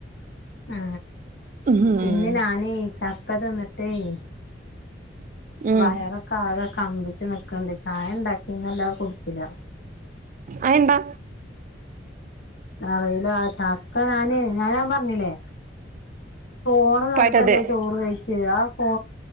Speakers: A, on the left (about 65°); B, on the right (about 45°).
A: ആ
B: ഉം
A: ഇന്ന് ഞാനയ് ചക്ക തിന്നിട്ടേയ്
B: ഉം
A: വയറൊക്കെ ആകെ കമ്പിച്ച് നിക്ക്ണ്ട് ചായ ണ്ടാക്കിന്നല്ലാതെ കുട്ച്ചില്ല
B: അഹന്താ
A: അറിയില ചാക്ക ഞാന് ഞ്ഞാപറ്ഞ്ഞില്ലേ ഫോണ് കണ്ടിട്ടല്ലേ
B: പറ്റത്
A: ചോറ് വെഴിച്ച ആ ഫോ